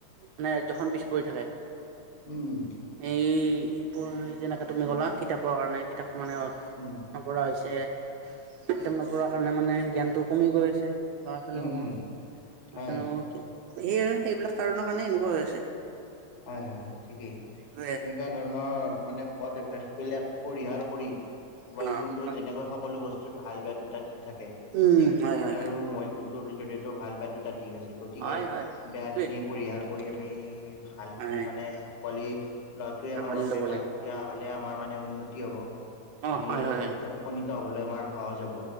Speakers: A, on the right; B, on the left.
A: মানে ৰাজ্যখন পিছ পৰি থাকে
B: উম উম
A: এই এইবোৰ যেনেকে তুমি গ'লা কিতাপৰ কাৰণে কিতাপ মানে অ
B: উম
A: পৰা হৈছে ন পঢ়াৰ কাৰণে মানে জ্ঞান টো কমি গৈ আছে ল'ৰা ছোৱালীসমূহৰ
B: উম উম হয়
A: আছে ন সেয়ে সেইবিলাক কাৰণৰ কাৰণে এনেকুৱা হৈ আছে
B: হয় হয় ঠিকেই
A: সেইটোৱে
B: এনেকুৱা ধৰণৰ মানে ব বিলাক পৰিহাৰ কৰি মোবাইল
A: অ
B: ফোনটো
A: হয়
B: যেনেকৈ সকলো বস্তু ভাল বে দুটা দি থাকে
A: উম
B: ঠিক
A: হয় হয়
B: ইয়াৰো
A: হয়
B: মোবাইল ফোনটোৰ জৰিয়তে ভাল বেয়া দুটা দিশ আছে গতিকে
A: হয় হয়
B: বেয়াখিনি
A: সেইটোৱে
B: পৰিহাৰ কৰি আমি ভাল
A: হয়
B: খিনি মানে পোৱালি লৰাটোৱে
A: সাকলি
B: আমাৰ বাবে
A: ল'ব
B: ভাল
A: লাগিব
B: তেতিয়া হ'লে আমাৰ মানে উন্নতি কি হব
A: অ
B: আমি
A: হয় হয়
B: লক্ষত উপনীত হ'বলৈ আমাৰ সহজ হ'ব